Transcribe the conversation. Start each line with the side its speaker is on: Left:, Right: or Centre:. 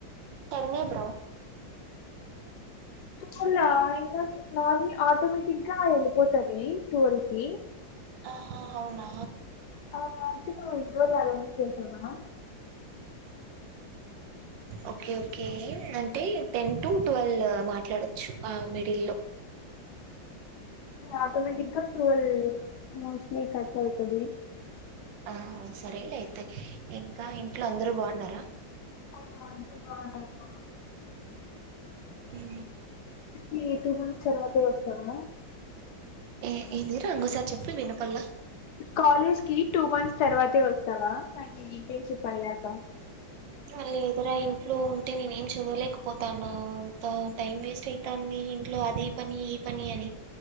Right: తన్నే బ్రో
Left: అవునా అవునా ఆటోమేటిక్ గా వెళ్ళిపోతది <unintelligible>
Right: ఆహ అవునా
Left: <inaudible>
Right: ఓకే ఓకే అంటే టెన్ టు ట్వెల్వ్ మాట్లాడొచ్చు ఆ మిడిల్లో
Left: ఆటోమేటిక్గా ట్రోల్ మోస్ట్లీ కట్ అవుతది
Right: ఆ సరేలే అయితే ఇంక ఇంట్లో అందరు బాగున్నార
Left: అవునండి <unintelligible>
Right: హు
Left: <unintelligible> మంత్స్ తర్వాతే వస్తా <unintelligible>
Right: ఏ ఏందిరా ఇంగోసారి చెప్పు వినపల్లా
Left: కాలేజ్కి టూ మంత్స్ తర్వాతే వస్తావా ఇన్న్షిప్ అయ్యాక
Right: లేదురా ఇంట్లో ఉంటే నేను ఏం చదలేకపోతానా అంత టైం వేస్ట్ అయితాంది ఇంట్లో అది పని ఈ పని అని